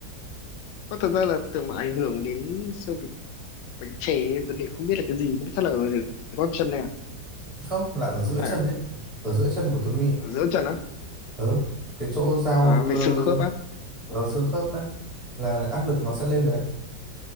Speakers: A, on the left; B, on the right.
A: có thật ra là tưởng mà ảnh hưởng đến sơ bị bánh chè ấy, tôi nghĩ không biết là cái gì nhưng mà chắc là ở dưới gót chân này
B: không là ở giữa
A: có phải
B: chân ấy ở giữa chân của Tuấn Huy ấy.
A: không giữa trần á
B: ờ cái chỗ giao
A: à,
B: ờ,
A: về xương khớp á
B: ờ, xương khớp đấy là áp lực nó sẽ lên đấy